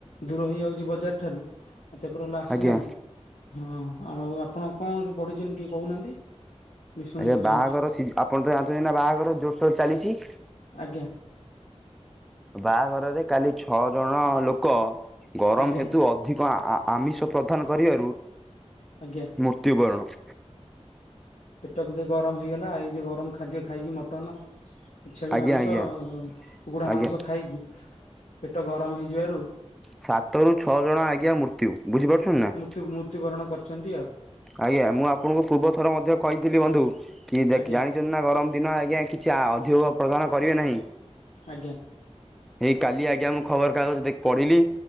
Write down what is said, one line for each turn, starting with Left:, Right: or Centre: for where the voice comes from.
Left: ଦୂର ହେଇଯାଉଛି ବଜାର ଏଠାରୁ ପେପର ବାଲା ଆସିନାହାନ୍ତି
Centre: ଆଜ୍ଞା
Left: ହଁ ଆଉ ଆପଣ କଣ ପଢିଛନ୍ତି ଟିକେ କହୁନାହାନ୍ତି ମୁଁ ଶୁଣିବାକୁ
Centre: ଆଜ୍ଞା
Left: ଚାହୁଁଛି।
Centre: ବାହାଘର ସିଜ ଆପଣ ତ ଜାଣିଛନ୍ତି ନା ବାହାଘର ଜୋରସୋରରେ ଚାଲିଛି
Left: ଆଜ୍ଞା
Centre: ବାହାଘରରେ କାଲି ଛଅ ଜଣ ଲୋକ ଗରମ
Left: ଆଜ୍ଞା
Centre: ହେତୁ ଅଧିକ ଆ - ଆମିଷ ପ୍ରଦାନ କରିବାରୁ
Left: ଆଜ୍ଞା
Centre: ମୃତ୍ୟୁବରଣ
Left: ପେଟ ବୋଧେ ଗରମ ହେଇଗଲା ଏଇ ଯୋଉ ଗରମ ଖାଦ୍ୟ ଖାଇକି ମଟନ ଛେଳି
Centre: ଆଜ୍ଞା
Left: ମାଂସ
Centre: ଆଜ୍ଞା
Left: କୁକୁଡା
Centre: ଆଜ୍ଞା
Left: ମାଂସ ଖାଇକି ପେଟ ଗରମ ହେଇଯିବାରୁ
Centre: ସାତରୁୁ ଛଅ ଜଣ ଆଜ୍ଞା ମୃତ୍ୟୁ ବୁଝିପାରୁଛନ୍ତିନା
Left: ମୃତ୍ୟୁ ମୃତ୍ୟୁବରଣ କରିଛନ୍ତି ଆଉ
Centre: ଆଜ୍ଞା ମୁଁ ଆପଣଙ୍କୁ ପୂର୍ବ ଥର ମଧ୍ୟ କହିଥିଲି ବନ୍ଧୁ କି ଜାଣିଛନ୍ତି,
Left: ଆଜ୍ଞା
Centre: ନା ଗରମ ଦିନ ଆଜ୍ଞା କିଛି ଅଧିକ ପ୍ରଦାନ କରିବେ ନାହିଁ।
Left: ଆଜ୍ଞା।
Centre: ହେଇ କାଲି ଆଜ୍ଞା ମୁଁ ଖବର କାଗଜ ଦେଖି ପଢିଲି